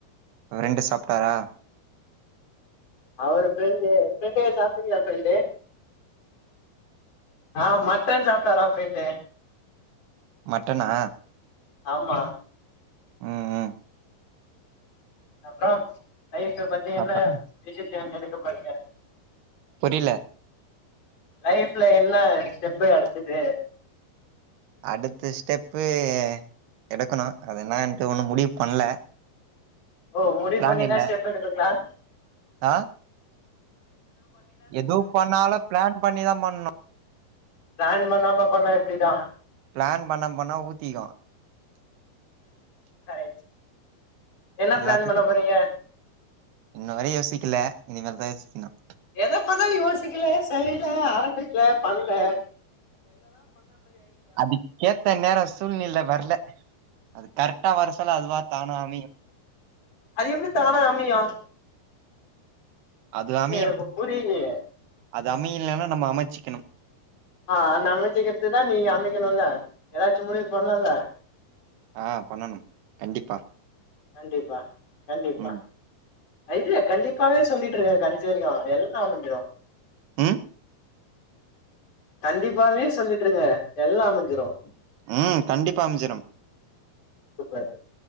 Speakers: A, on the right; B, on the left.
A: ரெண்டு சாப்ட்டாரா
B: அவர் ஃரெண்ட ஃரெண்ட ஏ சாப்டிங்களா ஃப்ரெண்டு ஆஹ் மட்டன் சாப்புட்டாரா ப்ஃரெண்டு
A: மட்டனா
B: ஆமா
A: உஹம் உஹம்
B: அப்புறோ லைப் பத்திய எல்லாம்
A: அப்புற
B: விசேஷ எ <unintelligible>
A: புரியில
B: லைஃப்ல என்ன ஸ்டெப்பு அடுத்தது
A: அடுத்த ஸ்டெப்பு எடுக்கணும் அது என்னட்டு ஒண்ணு முடிவு பண்ல
B: ஓ முடி
A: பிளான்
B: பண்ணிதா
A: இல்ல
B: ஸ்டெப் எடுப்பீங்ளா <inaudible>
A: ஆ எது பண்ணாலும் பிளான் பண்ணிதான் பண்ணனும்
B: பிளான் பண்ணாமபண்ண இப்டிதா
A: பிளான் பண்ண போனாஊத்திக்கு
B: கரெக்ட் என்ன
A: எல்லாத்துக்கும்
B: பிளான் பண்ண போறீங்க
A: இன்ன வரையும் யோசிக்குல இனிமல்தான் யோசிக்குனும்
B: எதை பதால யோசிக்கல செய்யல ஆரம்பிக்கல பண்ணல
A: அதுக்கேத்த நேரம் சூழ்நிலவர்ல கரெக்டா வர சொல் அதுவா தானா அமையு
B: அது எப்படி தானா அமையு
A: அது
B: இல்ல
A: அமையும்
B: எனக்கு புரியிலியே
A: அது அமையில்லன்னா நம்ம அமைச்சிக்கணும்
B: ஆஹ் அன் அமைச்சிக்கிறதுதான் நீ அமைக்கணும்ல ஏதாச்சும் முடிவு பண்ணும்ல்ல
A: ஆஹ் பண்ணணும் கண்டிப்பா
B: கண்டிப்பா கண்டிப்பா
A: ம்
B: இது கண்டிப்பாவே சொல்லிட்டு இருக்கேன் கடச்சி வரைக்கும் எல்லா அமஞ்சிரும்
A: உம்
B: கண்டிப்பாவே சொல்லிட்டுருங்க எல்லாம் அமைஞ்சிரும்
A: உம் கண்டிப்பா அமஞ்சிரு
B: சூப்பர்